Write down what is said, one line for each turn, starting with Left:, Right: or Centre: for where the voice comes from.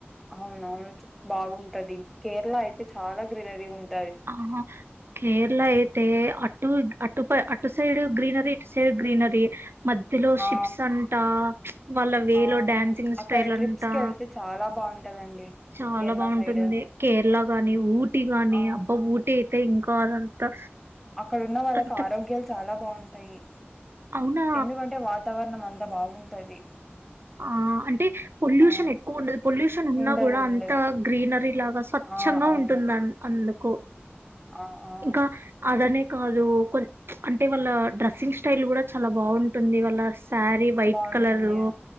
Centre: అవునవును బాగుంటది కేరళ అయితే చాలా గ్రీనరీ ఉంటు
Right: ఆ కేరళ ఐతే అటు అటు ప అటు సైడ్ గ్రీనర ఇటు సైడ్ గ్రీనర మధ్యలో షిప్స్
Centre: ఆ
Right: అంత వాళ్ళ వేలో
Centre: ఆ
Right: డన్సింగ్ స్టైల్
Centre: అక్కడ ట్రిప్స్
Right: అంతా
Centre: కి వెళ్తే చాలా బాగుంటదండి
Right: చాలా
Centre: కేరళ
Right: బాగుంటుంది
Centre: సైడ్
Right: కేరళ గాని ఊటీ గాని
Centre: ఆ
Right: అయితే అదంతా
Centre: అక్కడ ఉన్న వాళ్ళకి
Right: అంత
Centre: ఆరోగ్యాలు చాలా బాగుంటాయి టయి
Right: అవునా!
Centre: ఎందుకంటే వాతావరణం అంత అంత బాగుంటది
Right: ఆ అంటే పొల్యూషన్
Centre: ఆ
Right: ఎక్కువ ఉండదు పొల్యూషన్ ఉన్నా
Centre: ఉండదు
Right: కూడా అంత
Centre: ఉండదు
Right: గ్రీనరీ లాగా స్వచ్ఛంగా
Centre: ఆ అవును
Right: ఉంటుంది అందుకు కు
Centre: ఆ ఆ
Right: ఇంకా అదనే కాదు కొ అంటే వాళ్ళ డ్రస్సింగ్ స్టైల్ కూడా చాలా బాగుంటుంది వాళ్ళ సారీ వైట్
Centre: బాగుంటుంది
Right: కలరు